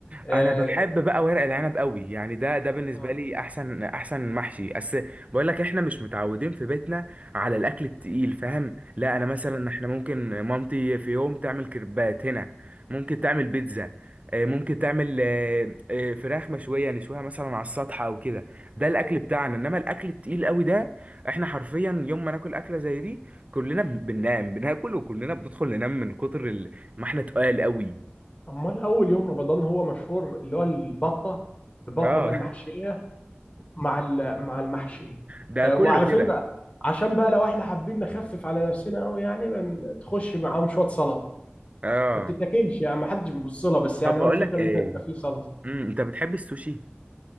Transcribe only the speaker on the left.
آه،
آه.
أخ-
امال اول يوم رمضان هو مشهور اللي هو البطه البطه
بقى المحشيه
مع ال- مع المحشي
آه،
وعلى
فكره عشان بقى لو احنا حابين نخفف على نفسنا قوي يعني بن- تخش معاهم شويه سلطه
ما بتتاكلش يعني ما حدش بيبص لها بس يعني
هو الفكره
اللي
انت بيبقى فيه سلطه